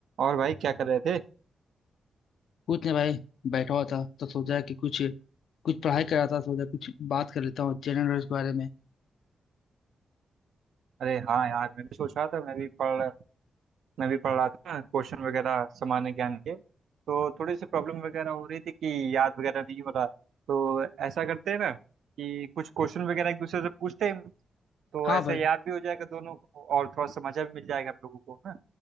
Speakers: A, on the right (about 80°); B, on the left (about 85°).
A: और भाई क्या कर रहे थे
B: कुछ नहीं भाई बैठा हुआ था तो सोचा कि कुछ कुछ पढ़ाई कर रहा था सोचा कुछ बात कर लेता हूँ जनरल नॉलेज के बारे में
A: अरे हाँ यार मैं भी सोच रहा था मैं भी पढ़ मैं भी पढ़ रहा था क्वेश्चन वगैरह सामान्य ज्ञान के तो थोड़ी सी प्रॉब्लम वगैरह हो रही थी कि याद वगैरह नहीं हो रहा तो ऐसा करते हैं ना कि कुछ क्वेश्चन वगैरह एक दूसरे से पूछते हैं तो
B: हाँ
A: ऐसे
B: भाई
A: याद भी हो जाएगा दोनों को और थोड़ा सा मजा भी मिल जाएगा हम लोगों को है ना